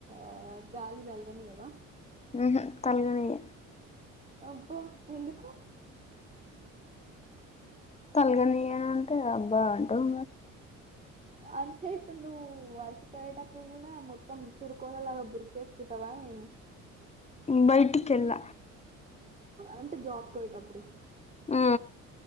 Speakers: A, on the right; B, on the left.
A: ఆ గాలి తగలనియావా
B: ఉహు తల్గనియ్య
A: అబ్బ ఎందుకు
B: తలగనియ అంటే అబ్బా అంటవ్
A: అంటే ఇప్పుడు నువ్వు వర్క్ కు పోయేటప్పుడు కూడా మొత్తం తురుకోలలాగా బురికేస్ <unintelligible>
B: బైటికెళ్ళ
A: అంటే జాబ్కి పోయేటప్పుడు
B: ఆ